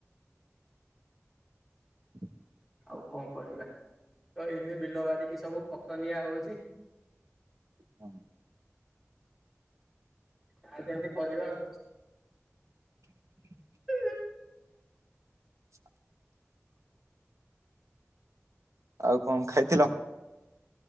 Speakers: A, on the right (about 80°); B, in the centre.
A: <inaudible>
B: ଆଉ କଣ କରିବା, ତ ଏଇନେ ବିଲ ବାଡିକି ସବୁ ଖତ ନିଆ ହଉଛି।
A: ହଁ।
B: ଯା ହେଲେ ଆମେ କରିବା ଆଉ।
A: <inaudible>
B: <unintelligible>
A: <inaudible> ଆଉ କଣ ଖାଇଥିଲ?